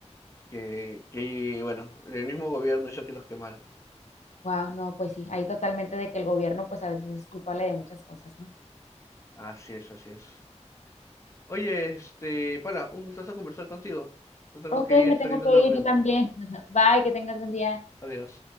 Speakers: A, on the left; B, on the left.
A: que, que bueno, el mismo gobierno hizo que los quemaran.
B: Wow, no, pues sí, ahí totalmente de que el gobierno pues a veces es culpable de muchas cosas, ¿no?
A: Así es, así es. Oye, este, Paula, un gustazo conversar contigo. Yo tengo
B: Ok,
A: que ir
B: me tengo
A: saliendo
B: que
A: a una
B: ir
A: reunión.
B: yo también. <laughs> Bye, que tengas buen día.
A: Adiós.